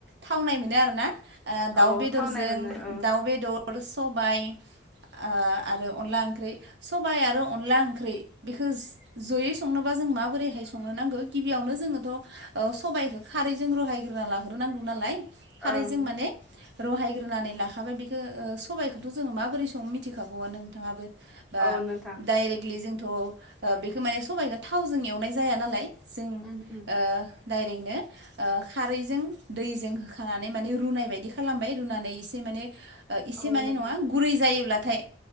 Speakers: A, on the right; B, in the centre.
A: थावनाय मोनो आरो ना ओ दाउ
B: औ
A: बेदरजों
B: थावनाय मोनो औ
A: दाउ बेदर सबाय ओ आरो अनला ओंख्रै सबाय आरो अनला ओंख्रै बेखो जयै संनोबा जों माबोरैहाय संनो नांगौ गिबियावनो जोङोथ' ओ सबायखो खारैजों रहायग्रोना लाग्रोनांगौ नालाय खारैजों
B: ओं
A: माने रहायग्रोनानै लाखाबाय बेखो ओ सबायखोथ' जोङो मा बोरै संङो मिथिखागौआनो नोंथाङाबो बा
B: औ नोंथां
A: डायरेकलि जों थ' ओ बेखो माने सबाइखो थावजों एवनाय जाया नालाय जों ओ
B: उम
A: डाइरेगनो ओ खारैजों दैजों होखानानै माने रुनाय बायदि खालामबाय रुनानै एसे माने ओ इसे
B: औ
A: माने
B: नोंथां
A: नङा गुरै जायोब्लाथाय